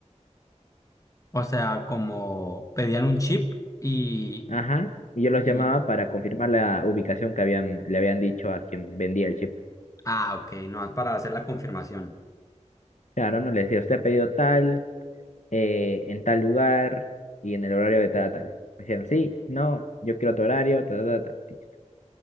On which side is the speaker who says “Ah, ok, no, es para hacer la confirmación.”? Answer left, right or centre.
Left